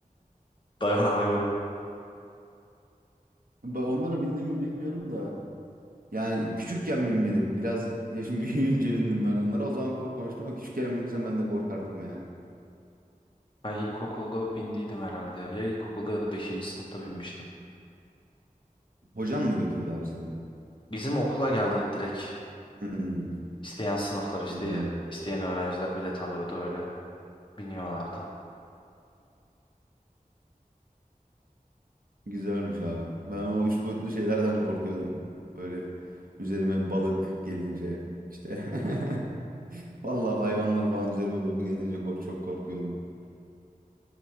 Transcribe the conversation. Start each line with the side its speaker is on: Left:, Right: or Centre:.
Left: Dayanamıyorum.
Right: Ben onlara bindim mi bilmiyorum da. Yani küçükken binmedim. Biraz yaşım <laughs> büyüyünce bindim ben onlara. O zaman korkmamıştım ama küçükken binsem ben de korkardım yani.
Left: Ben ilkokulda bindiydim herhalde ya. Ya ilkokulda ya da beşinci sınıfta binmiştim.
Right: Hocan mı götürdü abi seni?
Left: Bizim okula geldi direkt.
Right: Hmm,
Left: İsteyen sınıflar işte
Right: anladım.
Left: isteyen öğrenciler bilet alıyordu öyle biniyorlardı.
Right: Güzelmiş abi. Ben o üç boyutlu şeylerden korkuyordum. Böyle üzerime balık gelince işte. <laughs> Vallahi hayvanlar falan üzerime doğru gelince kork çok korkuyordum.